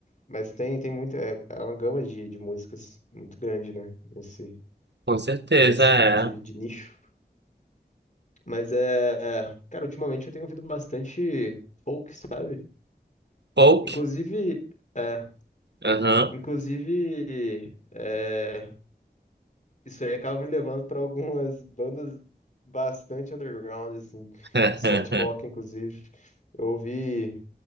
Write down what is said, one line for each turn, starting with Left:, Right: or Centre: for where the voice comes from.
Left: Mas tem, tem muita. É, é uma gama de, de músicas muito grande, né? Nesse,
Right: Com certeza
Left: nesse
Right: é.
Left: tipo de, de nicho. Mas é, é, Cara, ultimamente eu tenho ouvido bastante folk, sabe?
Right: Folk?
Left: Inclusive. É,
Right: Aham.
Left: inclusive. É, isso aí acaba me levando para algumas bandas bastante underground, assim.
Right: <laughs>
Left: de Soft rock, inclusive. Eu ouvi.